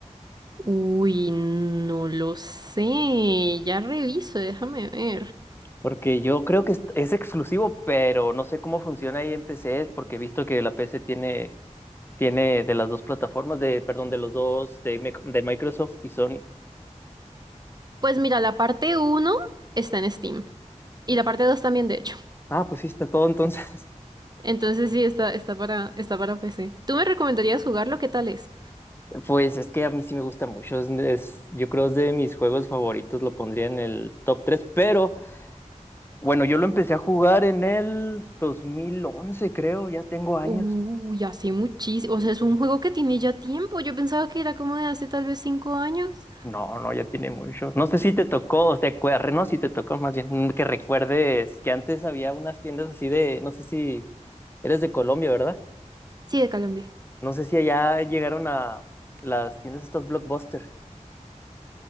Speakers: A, on the right; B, on the left.
A: Uy, no lo sé. Ya reviso, déjame ver.
B: Porque yo creo que es es exclusivo, pero no sé cómo funciona ahí en PC, porque he visto que la PC tiene Tiene de las dos plataformas, de, perdón, de los dos, de, Mic- de Microsoft y Sony.
A: Pues mira, la parte uno está en Steam. Y la parte 2 también, de hecho.
B: Ah, pues sí, está todo entonces. <laughs>
A: Entonces sí, está, está para, está para PC. ¿Tú me recomendarías jugarlo? ¿Qué tal es?
B: Pues es que a mí sí me gusta mucho. Es, es- yo creo es de mis juegos favoritos, lo pondría en el top tres pero bueno, yo lo empecé a jugar en el 2011, creo, ya tengo años.
A: Uy, hace muchísimo. O sea, es un juego que tiene ya tiempo. Yo pensaba que era como de hace tal vez 5 años.
B: No, no, ya tiene mucho. No sé si te tocó, o te acuer- no, si te tocó más bien, mm, que recuerdes que antes había unas tiendas así de, no sé si eres de Colombia, ¿verdad?
A: Sí, de Colombia.
B: No sé si allá llegaron a las tiendas estas Blockbuster.